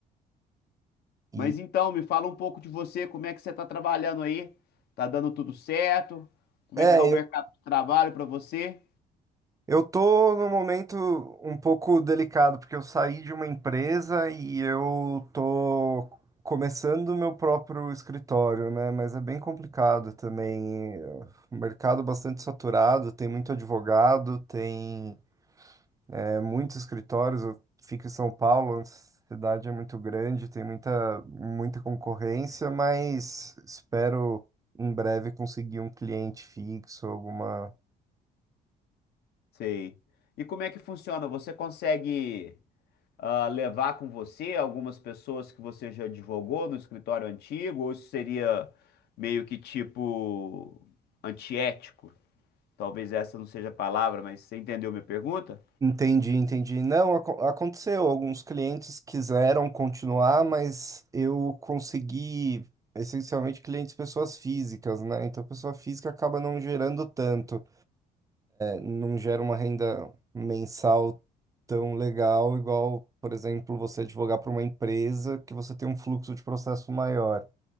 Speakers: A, on the right; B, on the left.
A: E,
B: Mas então, me fala um pouco de você, como é que você está trabalhando aí? Tá dando tudo certo? Como
A: é,
B: é que está o mercado
A: eu,
B: de trabalho para você?
A: eu tô num momento um pouco delicado, porque eu saí de uma empresa e eu tô começando o meu próprio escritório, né? Mas é bem complicado também. O mercado bastante saturado, tem muito advogado, tem. É muitos escritórios, eu fico em São Paulo, a cidade é muito grande, tem muita, muita concorrência, mas espero em breve conseguir um cliente fixo, alguma.
B: Sei. E como é que funciona? Você consegue ah, levar com você algumas pessoas que você já advogou no escritório antigo? Ou isso seria meio que tipo antiético? Talvez essa não seja a palavra, mas você entendeu minha pergunta?
A: Entendi, entendi. Não, aco- aconteceu. Alguns clientes quiseram continuar, mas eu consegui essencialmente clientes pessoas físicas, né? Então, pessoa física acaba não gerando tanto. não gera uma renda mensal tão legal, igual, por exemplo, você advogar para uma empresa que você tem um fluxo de processo maior.